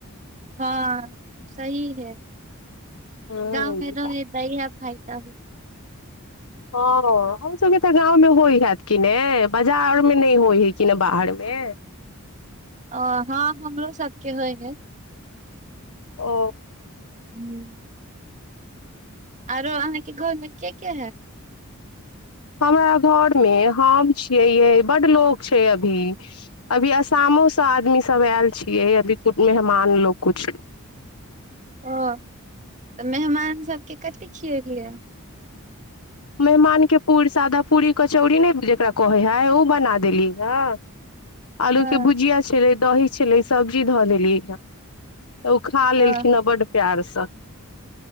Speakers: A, on the right (about 35°); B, on the left (about 80°).
A: हँ सही है
B: हूँ।
A: गाँव मे रहै है त इएहे खाय त ह
B: हँ अहुंँ सभके तऽ गाँवमे होइ हएत कि नहि बाजारमे नहि होइ हइ कि ने बाहरमे
A: अ हँ हमरो सबके होय है
B: ओ
A: हू आरो अहाँके घरमे के के हे
B: हमरा घरमे हम छियै यै बड्ड लोक छै अभी अभी आसामो सँ आदमी सभ आयल छियै अभी कुटुम मेहमान लोक कुछ
A: ओ तऽ मेहमान सभके कथि खियलयए
B: मेहमानके पूरी सादा पूरी कचौड़ी नहि जकरा कहै हइ ओ बना देली ह आलू
A: अ
B: के भुजिया छलै दही छलै सब्जी धऽ देलीये <unintelligible> तऽ ओ खा
A: अ
B: लेलखिनह बड प्यार से <unintelligible>